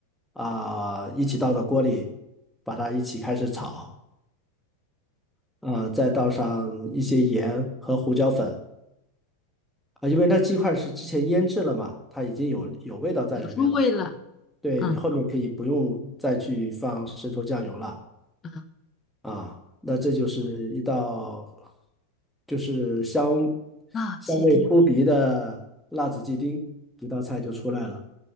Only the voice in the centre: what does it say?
啊、一起倒到锅里，把它一起开始炒，呃，再倒上一些盐和胡椒粉。啊，因为那鸡块是之前腌制了嘛，它已经有有味道在里面了。
对，
你后面可以不用再去放生抽酱油了
啊。那这就是一道就是香
香味扑鼻的辣子鸡丁，一道菜就出来了。